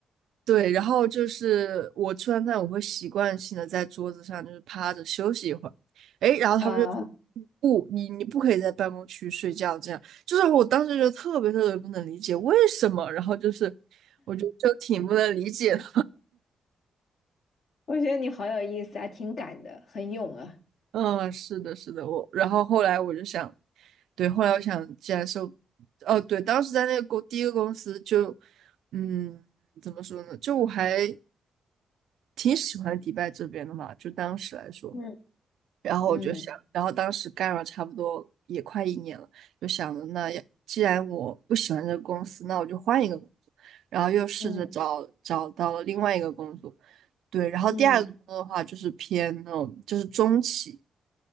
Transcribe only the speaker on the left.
啊，<laughs>
我觉得你好有意思啊，挺敢的，很勇啊。
嗯
嗯
嗯
嗯